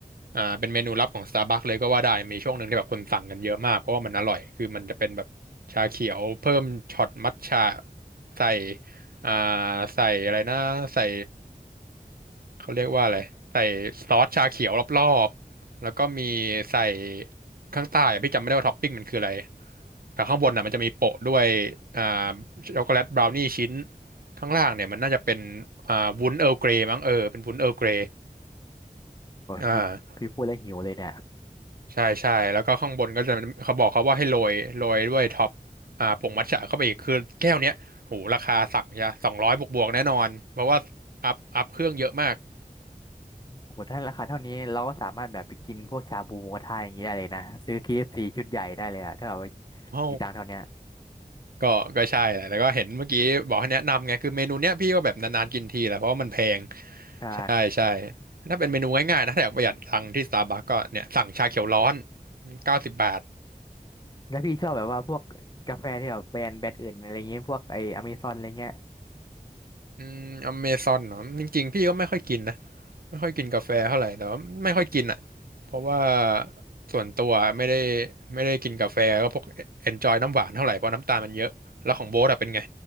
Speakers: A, on the right; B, on the left.
A: อ่าเป็นเมนูลับของ Starbucks เลยก็ว่าได้มีช่วงหนึ่งที่แบบคนสั่งกันเยอะมากเพราะว่ามันอร่อยคือมันจะเป็นแบบชาเขียวเพิ่มช็อตมัทฉะใส่อ่าใส่อะไรนะใส่เขาเรียกว่าอะไรใส่ซอสชาเขียวรอบๆแล้วก็มีใส่ข้างใต้อะพี่จำไม่ได้ว่าท็อปปิ้งมันคืออะไรแต่ข้างบนอ่ะมันจะมีโปะด้วยอ่าช็อกโกแลตบราวนี่ชิ้น ข้างล่างเนี่ยมันน่าจะเป็นอ่าวุ้นเอ r ร์ลเกรมั้งเออเป็นวุ้นเอ r ร์ลเกร
B: โอ้ยพี่พี่พูดแล้วหิวเลยเนี่ย
A: อ่าใช่ใช่แล้วก็ข้างบนก็จะเขาบอกเขาว่าให้โรยโรยด้วยท็อปอ่าผงมัทฉะเข้าไปอีกคือแก้วเนี้ยโหราคาสั่งใช่สองร้อยบวกบวกๆแน่นอนเพราะว่าอัพอัพเครื่องเยอะมาก <laughs>
B: โอ้โหถ้าราคาเท่านี้เราก็สามารถแบบไปกินพวกชาบูหมูกระทะอย่างนี้ได้เลยนะซื้อ KFC ชุดใหญ่ได้เลยอะถ้าแบบว่า
A: โอ้
B: มีตังค์เท่าเนี้ย
A: ก็ก็ใช่แหละแล้วก็เห็นเมื่อกี้บอกให้แนะนำไงคือเมนูเนี้ยพี่ก็แบบนานๆกินทีแหละเพราะว่ามันแพง
B: ใช่
A: ใช่ใช่ถ้าเป็นเมนูง่ายๆนะถ้าอยากประหยัดตังค์ที่สตาร์บัคก็เนี่ยสั่งชาเขียวร้อนเก้าสิบบาท
B: แล้วพี่ชอบแบบว่าพวกกาแฟที่แบบแบรนด์แบรนด์อื่นอะไรเงี้ยพวกไออเมซอนอะไรเงี้ย
A: อืมอเมซอนเนาะจริงๆพี่ก็ไม่ค่อยกินนะไม่ค่อยกินกาแฟเท่าไหร่แต่ว่าไม่ค่อยกินอ่ะเพราะว่าส่วนตัวไม่ได้ไม่ได้กินกาแฟก็พวกเอนจอยน้ำหวานเท่าไหร่เพราะน้ำตาลมันเยอะแล้วของโบ๊ทอะเป็นไง